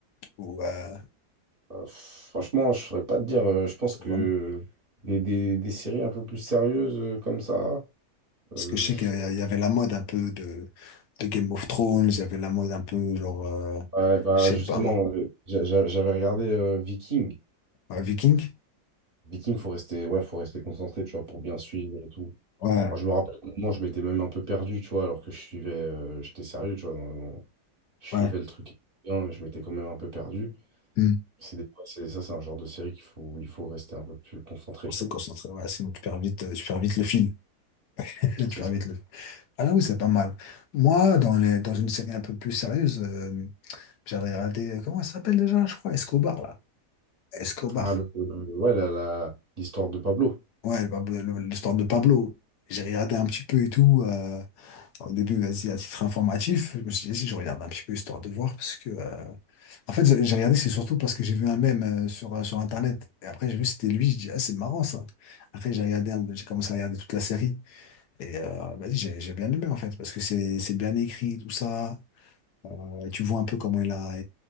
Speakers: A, on the left (about 80°); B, on the right (about 35°).
A: Ou, euh,
B: Euh, pff, franchement, je saurais pas te dire, euh, je pense
A: sur-
B: que
A: ouais.
B: des, des, des séries un peu plus sérieuses euh, comme ça.
A: Parce
B: euh,
A: que je sais qu'il y a- il y avait la mode un peu de, de Game of Thrones, il y avait la mode un peu genre, euh,
B: Ouais, bah
A: je sais
B: justement,
A: pas moi,
B: euh, j'a- j'a- j'avais regardé euh, Viking.
A: euh, Viking.
B: Viking, faut rester, ouais, faut rester concentré, tu vois, pour bien suivre et tout.
A: Ouais,
B: Moi, je me rappelle qu'au moment, je m'étais même un peu perdu, tu vois, alors que je suivais, euh, j'étais sérieux, tu vois. dans- dans- je suivais
A: ouais.
B: le truc bien, mais je m'étais quand même un peu perdu.
A: Hmm.
B: C'est des- c'est- ça, c'est un genre de série qu'il faut, il faut rester un peu plus concentré,
A: On
B: tu
A: s'est
B: vois.
A: concentré, ouais, sinon tu perds vite, euh, tu perds vite le fil. <laughs>
B: C'est
A: Tu perds
B: ça.
A: vite le Ah là oui, c'est pas mal. Moi, dans les, dans une série un peu plus sérieuse, euh, j'avais regardé, euh, comment ça s'appelle déjà, je crois, Escobar, là. Escobar.
B: Ah, le- le- ouais, la, la- l'histoire de Pablo.
A: Ouais, bah, le- l'histoire de Pablo. J'ai regardé un petit peu et tout. euh, au début, vas-y, à titre informatif, je me suis dit, si je regarde un petit peu histoire de voir, parce que. euh, En fait, j'ai j'ai regardé, c'est surtout parce que j'ai vu un mème euh, sur, euh, sur Internet. Et après, j'ai vu, c'était lui. Je dis, ah, c'est marrant ça. Après, j'ai regardé, un- j'ai commencé à regarder toute la série. Et euh, vas-y, j'ai j'ai bien aimé, en fait, parce que c'est c'est bien écrit, tout ça. Euh, tu vois un peu comment il a,